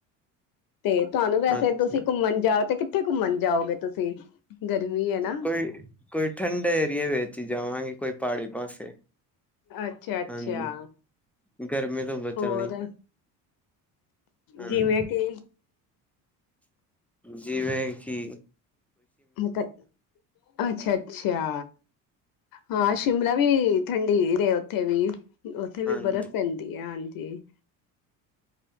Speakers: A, on the left (about 55°); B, in the centre.
A: ਤੇ ਤੁਹਾਨੂੰ ਵੈਸੇ
B: ਅੱਛਾ
A: ਤੁਸੀ ਘੁੰਮਣ ਜਾਓ ਤੇ ਕਿੱਥੇ ਘੁੰਮਣ ਜਾਓਗੇ ਤੁਸੀ ਗਰਮੀ ਹੈ ਨਾ
B: ਕੋਈ-ਕੋਈ ਠੰਡ ਏਰੀਏ ਵਿੱਚ ਹੀ ਜਾਵਾਂਗੇ ਕੋਈ ਪਹਾੜੀ ਪਾਸੇ।
A: ਅੱਛਾ-ਅੱਛਾ
B: ਹਾਂਜੀ ਗਰਮੀ ਤੋਂ ਬਚਣ
A: ਹੋਰ।
B: ਲਈ ਹਾਂਜੀ
A: ਜਿਵੇਂ ਕਿ
B: ਜਿਵੇਂ ਕੀ
A: ਤੇ ਅੱਛਾ-ਅੱਛਾ। ਹਾਂ ਸ਼ਿਮਲਾ ਵੀ ਠੰਡੀ ਰੇ ਓਥੇ ਵੀ। ਓਥੇ ਵੀ
B: ਹਾਂਜੀ
A: ਬਰਫ਼ ਪੈਂਦੀ ਐ। ਹਾਂਜੀ।